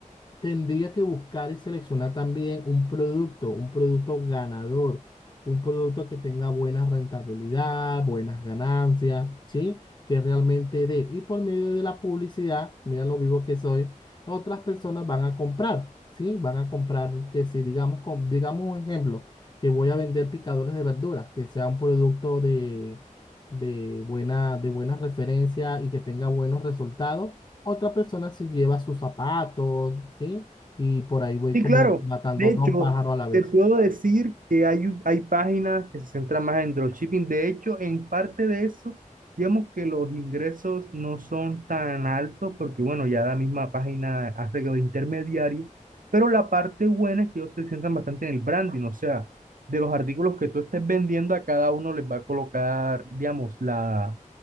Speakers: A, on the left; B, on the right.
A: tendría que buscar y seleccionar también un producto, un producto ganador, un producto que tenga buena rentabilidad, buenas ganancias, ¿sí? Que realmente dé. Y por medio de la publicidad, mira lo vivo que soy, otras personas van a comprar, ¿sí? Van a comprar que si, digamos, com- digamos un ejemplo, que voy a vender picadores de verduras, que sea un producto de... de buena, de buena referencia y que tenga buenos resultados otra persona sí lleva sus zapatos, ¿sí? Y por ahí voy
B: Sí,
A: como
B: claro.
A: matando
B: De
A: dos
B: hecho,
A: pájaros a la vez.
B: te puedo decir que hay, u- hay páginas que se centran más en dropshipping. De hecho, en parte de eso, digamos que los ingresos no son tan altos porque, bueno, ya la misma página hace que los intermediarios, pero la parte buena es que ellos se centran bastante en el branding. O sea, de los artículos que tú estés vendiendo, a cada uno les va a colocar, digamos, la